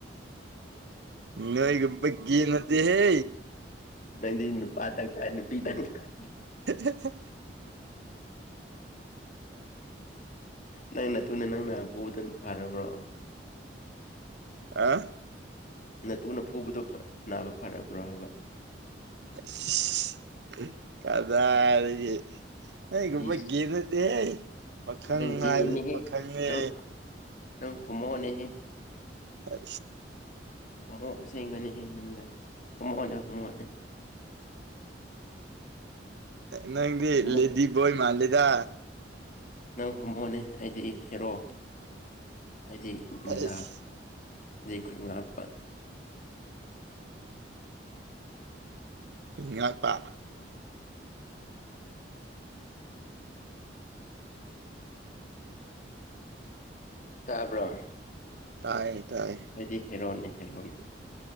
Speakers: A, on the right; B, on the left.
A: ꯉꯣꯏꯒꯄꯒ ꯅꯠꯇ ꯍꯦ
B: ꯅꯗꯤ ꯏꯟꯅ ꯄꯥꯇ ꯀꯥꯏ ꯏ ꯄꯤꯇꯪ ꯀꯥꯏ
A: <inaudible>
B: ꯅꯪꯅ ꯇꯨꯅ ꯅꯪꯅ ꯐꯗ ꯐꯔꯕ꯭ꯔꯣ
A: ꯑ
B: ꯅꯠꯇꯨꯅ ꯐꯨꯕꯗꯣ ꯅꯥꯕ ꯐꯔꯕ꯭ꯔꯣ ꯍꯥꯏꯕ
A: ꯑꯁ ꯀꯗꯥꯗꯒꯤ ꯑꯩꯒꯨꯝꯕ
B: ꯏꯁ
A: ꯦꯅꯗꯦ ꯄꯥꯈꯪ
B: ꯅꯪ ꯒꯦꯅꯦꯍꯦ
A: ꯉꯥꯏꯕꯁꯨ ꯄꯥꯈꯪꯅꯦ
B: ꯅꯪ ꯅꯪ ꯍꯣꯃꯣꯅꯦꯍꯦ
A: ꯑ
B: ꯍꯣꯃꯣꯁꯦꯡꯕꯅꯦ ꯅꯪꯒ ꯍꯣꯃꯣꯅꯦ ꯍꯣꯃꯣꯅꯦ
A: ꯅꯪꯗꯤ
B: ꯍꯣꯃꯣ
A: ꯂꯤꯦꯗꯤꯕꯣꯏ ꯃꯥꯜꯂꯦꯗ
B: ꯅꯪ ꯍꯣꯃꯣꯅꯦ ꯑꯩꯗꯤ ꯍꯦꯔꯣ ꯑꯩꯗꯤ ꯒꯨꯟꯗꯥ
A: ꯑꯁ
B: ꯂꯩꯩ ꯈꯨꯟ ꯉ ꯍꯥꯠꯄ
A: ꯏꯉ ꯄ
B: ꯇꯥꯕ꯭ꯔꯣ
A: ꯇꯥꯏꯌꯦ ꯇꯥꯏꯌꯦ
B: ꯑꯩꯗꯤ ꯍꯦꯔꯣꯟꯅꯤ ꯍꯦꯔꯣꯅꯤ